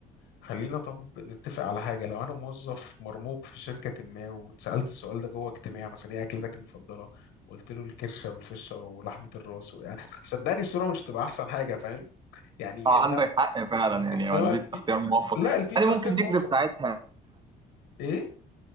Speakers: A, on the left (about 80°); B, on the right (about 25°).
A: خلينا طب نتفق على حاجة لو أنا موظف مرموق في شركة ما واتسألت السؤال ده جوه اجتماع مثلا إيه أكلتك المفضلة؟ وقلت له الكرشة والفشة ولحمة الراس و... <laughs> صدقني الصورة مش هتبقى أحسن حاجة فاهم؟ يعني
B: آه،
A: إنما
B: عندك حق فعلا يعني
A: إنما
B: هو البيتزا
A: البي...
B: اختيار موفق
A: لا البيتزا
B: يعني ممكن
A: اختيار
B: نكذب
A: موفق
B: ساعتها
A: إيه؟